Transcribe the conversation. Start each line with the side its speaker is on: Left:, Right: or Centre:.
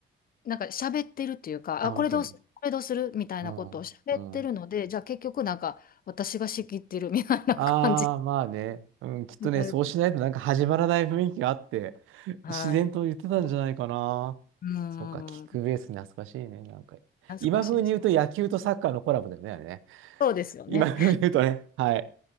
Left: なんか喋ってるっていうか、
Right: あ、
Left: あ、
Right: 本当に。
Left: これどうする、これどうするみたいなことを喋ってるので、
Right: うん。うん。
Left: じゃあ結局なんか、私が仕切ってるみたいな感じ
Right: ああ、まあね。うん、きっとね、
Left: に <laughs> なる。
Right: そうしないとなんか始まらない雰囲気があって、
Left: はい。
Right: 自然と言ってたんじゃないかな。
Left: うーん。
Right: そうか、キックベース懐かしいね、なんか。
Left: 懐かしいです。
Right: 今風に言うと野球とサッカーのコラボだよね、あれね。
Left: そうですよね。
Right: 今風に言うとね、はい。